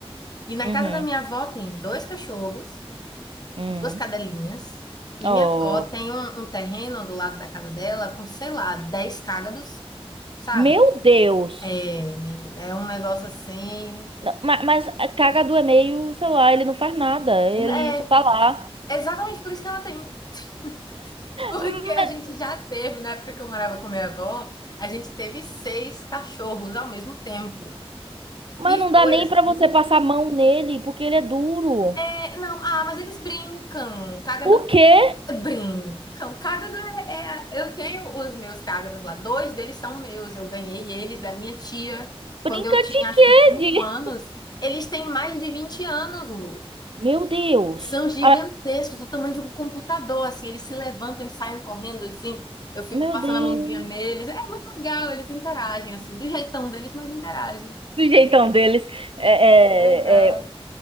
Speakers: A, on the left (about 40°); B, on the right (about 60°).
A: E na
B: uhum,
A: casa da minha avó tem dois cachorros,
B: hum.
A: duas cadelinhas, e
B: Oh,
A: minha avó tem um, um terreno do lado da casa dela com, sei lá, 10 cágados, sabe?
B: meu Deus!
A: É, menina, é um negócio assim.
B: Não, ma- Mas, a cagadu é meio, sei lá, ele não faz nada, ele
A: né?
B: só tá lá.
A: É exatamente por isso que ela tem. <laughs> Porque
B: Ma-
A: a gente já teve, na época que eu morava com minha avó, a gente teve seis cachorros ao mesmo tempo.
B: Mas
A: E
B: não dá
A: foi
B: nem
A: assim.
B: pra você passar a mão nele, porque ele é duro.
A: é, não, ah, mas eles brincam. cágado.
B: O quê?
A: Brim, cágado é, é- Eu tenho os meus cágados lá, dois deles são meus, eu ganhei eles da minha tia
B: Brinca
A: quando eu tinha
B: de
A: acho
B: quê?
A: que cinco anos. Eles têm mais de 20 anos, Lu.
B: Meu Deus.
A: São gigantescos,
B: Ah,
A: do tamanho de um computador, assim, eles se levantam e saem correndo, assim. Eu fico
B: meu
A: passando
B: Deus.
A: a mãozinha neles. É muito legal, eles interagem, assim, do jeitão deles, mas interagem.
B: Do jeitão deles. É,
A: Legal.
B: é, é,